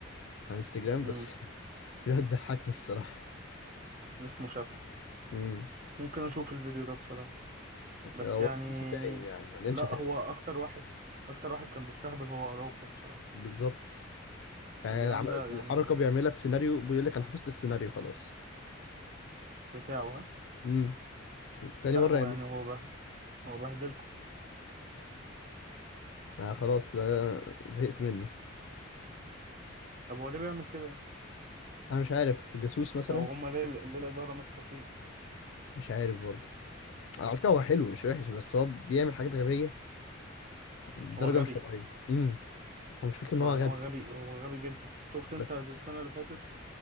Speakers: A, on the left; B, on the right.
A: على انستجرام
B: امم
A: بس <laughs> بيقعد يضحكني الصراحة
B: اسمه شافعي
A: امم
B: ممكن اشوف الفيديو ده بصراحة بس
A: هو
B: يعني
A: في شتايم يعني مليان
B: لا
A: شتايم
B: هو اكتر واحد اكتر واحد كان بيستهبل هو اراوخو بصراحة
A: بالظبط يعني
B: الجدعان
A: عم-
B: ده يعني
A: الحركة بيعملها السيناريو بيقول لك انا حفظت السيناريو خلاص
B: بتاعه ها
A: امم تاني
B: لا
A: مرة
B: هو
A: يعملها
B: يعني هو به هو بهدلكم
A: آه خلاص ده زهقت منه
B: طب هو ليه بيعمل كده
A: انا مش عارف جاسوس مثلا
B: او هما ليه ليه الادارة ماسكة فيه
A: مش عارف برضه على فكرة هو حلو مش وحش بس هو بيعمل حاجات غبية بدرجة
B: هو غبي
A: مش طبيعية امم هو مشكلته ان هو
B: هو يعني
A: غبي
B: هو غبي هو غبي جدا شفت انت
A: بس
B: السنة اللي فاتت